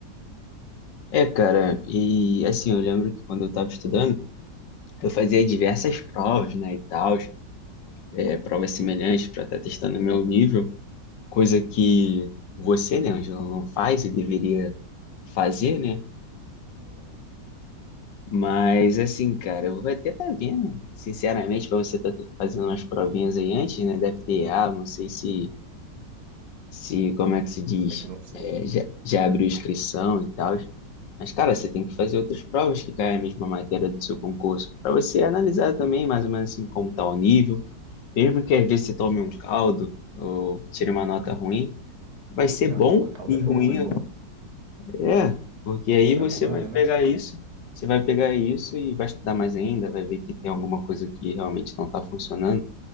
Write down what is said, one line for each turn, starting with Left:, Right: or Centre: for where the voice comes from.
Left: É, cara, e assim, eu lembro que quando eu estava estudando, eu fazia diversas provas, né, e tal, é, provas semelhantes para estar testando o meu nível, coisa que você, né, Angela, não faz e deveria fazer, né? Mas assim, cara, eu vou até estar vendo, sinceramente, para você estar fazendo umas provinhas aí antes, né, da FTA, não sei se se, como é que se diz,
Right: É que não sei.
Left: é, já, já abriu inscrição e tal. Mas, cara, você tem que fazer outras provas que caem a mesma matéria do seu concurso, para você analisar também, mais ou menos assim, como está o nível. Mesmo que às vezes você tome um caldo ou tire uma nota ruim, vai ser
Right: Não,
Left: bom
Right: tomar calda
Left: e
Right: é
Left: ruim,
Right: bom, é bom.
Left: é, porque aí
Right: Você
Left: você
Right: acorda,
Left: vai pegar
Right: né?
Left: isso, você vai pegar isso e vai estudar mais ainda, vai ver que tem alguma coisa que realmente não está funcionando.